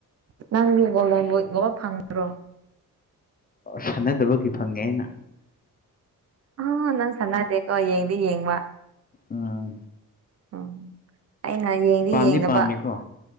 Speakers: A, on the right; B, on the left.
A: ꯅꯪꯒꯤꯡꯒꯣꯗꯕ ꯏꯒꯕ ꯐꯪꯉ꯭ꯔꯣ
B: ꯁꯥꯟꯅꯗꯕꯒꯤ ꯐꯪꯉꯦ ꯑꯩꯅ
A: ꯑ ꯅꯪ ꯁꯅꯥꯗꯦꯀꯣ ꯌꯦꯡꯗꯤ ꯌꯦꯡꯋꯥ
B: ꯑꯥ
A: ꯎꯝ ꯑꯩꯅ ꯌꯦꯡꯗꯤ
B: ꯄꯥꯝꯗꯤ
A: ꯌꯦꯡꯅꯕ
B: ꯄꯥꯝꯃꯦꯀꯣ